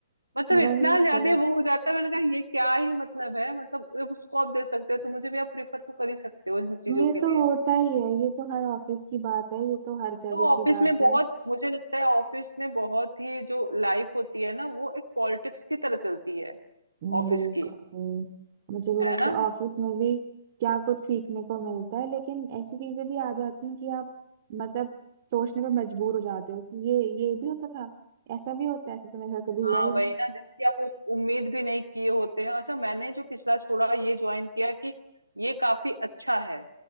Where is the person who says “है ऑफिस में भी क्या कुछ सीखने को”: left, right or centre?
Right